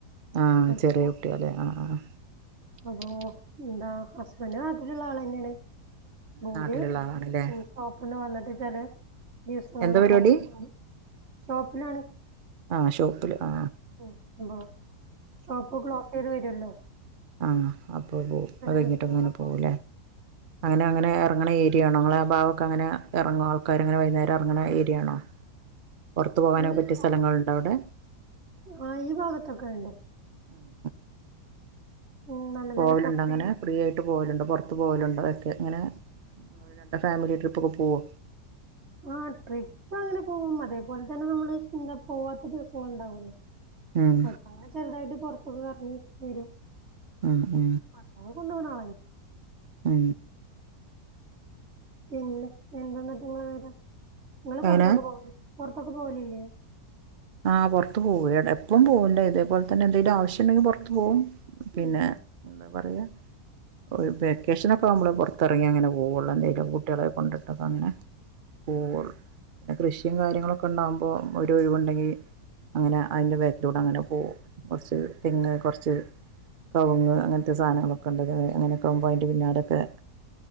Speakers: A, on the right; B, on the right.
A: ആഹ
B: അപ്പൊ
A: ചെറിയ കുട്ടിയല്ലെ ആ ആ്
B: അപ്പൊ എന്താ ഹസ്ബൻഡ നാട്ടിലുള്ള ആള് തന്നെയാണ് ഓര്
A: നാട്ടിലുള്ള ആളാണല്ലേ
B: ഉം ഷോപ്പിന്ന് വന്നിട്ട് ചില ദിവസങ്ങളൊക്കെ
A: എന്താ പരിപാടി
B: അങ്ങനെ പോയി ഷോപ്പിലാണ്
A: ആഹ ഷോപ്പില് ആ
B: അ ഷോപ്പ് ക്ലോസ് ചെയ്ത് വരുല്ലോ
A: ആഹ അപ്പ പോ കഴിഞ്ഞിട്ട്ങ്ങനെ
B: ദിവസങ്ങളിലൊക്കെ
A: പോകൂല്ലേ
B: വിളിക്കും
A: അങ്ങനെ അങ്ങനെ ഇറങ്ങു ന്ന ഏരി- ഏരിയാണോ നിങ്ങളെ ഭാാവൊക്കെ ട്ടി ട്ടി അണ്ണോ അങ്ങനെ ഇറങ്ങോ ആൾക്കാര് അങ്ങന വൈകുന്നരം ഇറങ്ങ ഏരിയാണോ പുറത്തു പോകാനൊക്കെ
B: അല്ല
A: പറ്റിയ സ്ഥലങ്ങളുണ്ട് അവിടെ
B: ആ ഈ ഭാഗത്തൊക്കെ ഉണ്ട്
A: ആഹ്
B: ഉം നല്ല
A: പോവലുണ്ട്
B: നല്ല കഫേ
A: അങ്ങനെ ഫ്രീ ആയിട്ട് പോവലുണ്ട് പുറത്ത് പോവലുണ്ട് അതൊക്കെ ഇങ്ങനെ രണ്ട് ഫാമിലി ട്രിപ്പക്കെ പോുമോ
B: ആഹ ട്രിപ്പ് അങ്ങനെ പോകും അതേപോലെ തന്നെ നമ്മള്ന്ത പോവാത്ത ദിവസങ്ങള ഉണ്ടാവല്ലോ
A: ഉം
B: അപ്പ അങ്ങനെ ചെറുതായിട്ട് പുൊറത്തൊക്കെ കറങ്ങി വരും
A: അ അ
B: അ കു കൊണ് ബണാ
A: ഏ
B: പിന്നെ എന്തന്നിട്ട് നിങ്ങള് വിവരം നിങ്ങള്
A: എങ്ങനെ
B: പുറത്തൊക്ക പോ പുൊറത്തക്കെ പോവലല്ലേ
A: ആഹ് പുറത്തു പോക്കും എപ്പം പോകൂല ഇതേപോലെ തന്നെ എന്തെങ്കലും ആവശ്യം ഉണ്ടെങ്കിൽ പുറത്തു പോകും പിന്നെ
B: ആഹ്
A: എന്ത പറയാ ഒരു വെക്കേഷനൊക്കെ നമ്മൾ പുറത്തിറങ്ങിങ്ങെ പോവയുള്ളൂ എന്തെങ്കിലും കുട്ടികളെ കൊണ്ടിട്ടൊക്കെ അങ്ങനെ പോവുള്ളൂ പിന്നെ കൃഷിയും കാര്യങ്ങളൊക്കെ ഉണ്ടാാവകുമ്പോൾ ഒരു ഒഴിവുണ്ടെങ്കിൽ അങ്ങനെ അതിൻ്റെ വേഗത്തിലിലൂടെ അങ്ങനെ പോകും കുറച്ച് തെങ്ങ് കുറച്ച് കവങ്ങ് അങ്ങനത്തെ സാധനങ്ങളൊക്കെ ഉണ്ട്ത് അങ്ങനെയൊക്കെകുമ്പോ അതിൻ്റെ പിന്നാടൊക്കെ